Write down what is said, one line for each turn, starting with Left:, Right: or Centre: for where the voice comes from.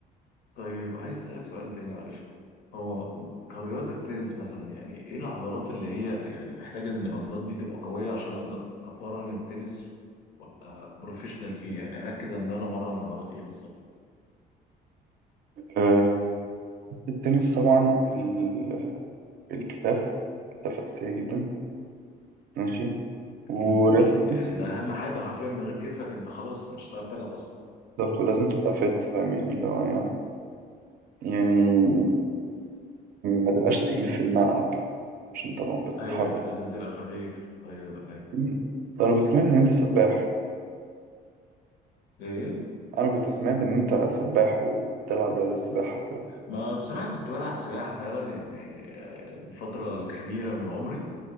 Left: طيب عايز اسالك سؤال تاني معلش هو كرياضة التنس مثلا يعني ايه العضلات اللي هي يعني محتاجة ان العضلات دي تبقى قوية عشان اقدر اتمرن التنس وابقى بروفيشنال فيه يعني اركز ان انا امرن عضلات ايه بالظبط
Right: آه، التنس طبعا ال- الكتاف كتاف أساسية جدا ماشي
Left: اكيد
Right: ورياضة
Left: اكيد
Right: التنس
Left: يعني ده اهم حاجة حرفيا من غير كتفك انت خلاص مش هتعرف تلعب اصلا
Right: بالظبط ولازم تبقى فات فاهم يعني اللي هو يعني يعني ما تبقاش تقيل في الملعب كده عشان طبعا بتتحرك
Left: ايوه لازم تبقى خفيف ايوه ايوه
Right: ده أنا كنت سمعت إن أنت سباح
Left: ايه
Right: انا كنت سمعت ان انت سباح وبتلعب رياضة السباحة وكده
Left: ما بصراحه كنت بلعب سباحه فعلا يعني آه، فتره كبيره من عمري